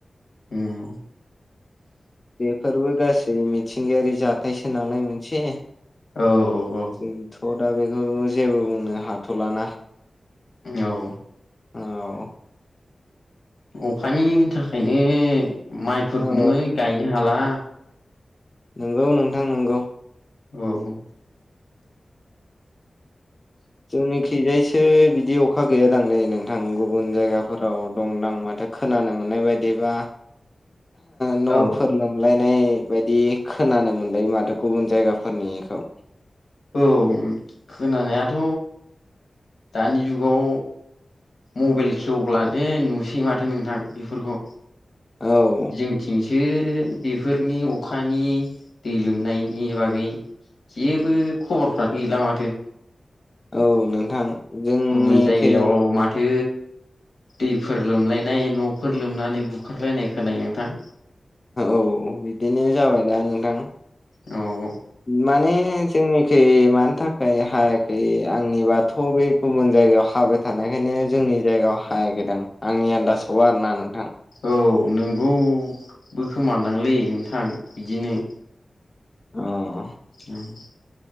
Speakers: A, on the left (about 80°); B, on the left (about 35°).
A: उम
B: बेफोरबो गासै मिथिंगायारि जाथायसो नालाय मोनसे
A: औ औ औ
B: जोंथ' दा बेखौ जेबो बुंनो हाथ'लाना
A: औ
B: औ ओमफ्राय
A: अखानि थाखायनो बे माइफोरखौनो
B: औ
A: गायनो हाला
B: नंगौ नोंथां नोंगौ
A: औ
B: जोंनिखिजायसो बिदि अखा गैया दांलै नोंथां गुबुन जायगाफोराव दंदां माथो खोनानो मोननाय बायदिबा न'फोर
A: औ
B: लोमलायनाय बायदि खोनानो मोनलायो माथो गुबुन जायगाफोरनिखौ
A: औ खोनानायाथ' दानि जुगाव मबाइल खेवब्लानो नुसै माथो नोंथां बेफोरखौ
B: औ
A: जोंथिंसो बेफोरनि अखानि दै लोमनायनि बागै जेबो खबरफानो गैला माथो
B: औ नोंथां जोंनिखै
A: गुबुन जायगायाव माथो दैफोर लोमलायनाय न'फोर लोमनानै बुखारलायनाय खोनायो नोंथां
B: औ बिदिनो जाबाय दा नोंथां
A: औ
B: माने जोंनिखै मानि थाखाय हायाखै आंनिबाथ' बे गुबुन जायगायाव हाबाय थानायखायनो जोंनि जायगायाव हायाखैदां आंनि आन्दासाव आरो ना नोंथां
A: औ नोंगौबो खोमान दांलै नोंथां बिदिनो
B: अ
A: उम